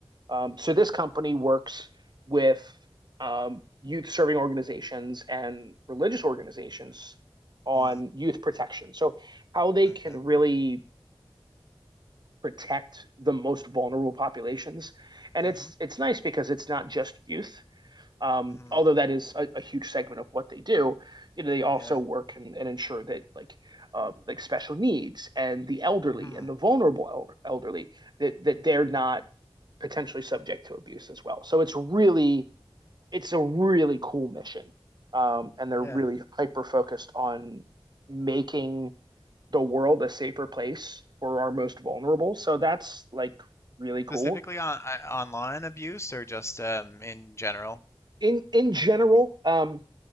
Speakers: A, on the right; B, on the left.
A: Um, so this company works with um, youth serving organizations and religious organizations on
B: Mm,
A: youth protection. So how they
B: okay.
A: can really protect the most vulnerable populations. And
B: Mm-hmm.
A: it's it's nice because it's not just youth, um,
B: Mm-hmm.
A: although that is a, a huge segment of what they do. You know, they also
B: Yeah.
A: work and, and ensure that like uh, like special needs and the elderly
B: Mm-hmm.
A: and the vulnerable elder, elderly that that they're not potentially subject to abuse as well. So it's really it's a really cool mission. Um, and they're
B: Yeah.
A: really hyper focused on making the world a safer place for our most vulnerable. So that's like really cool.
B: Specifically on I, online abuse or just um in general?
A: In in general, um,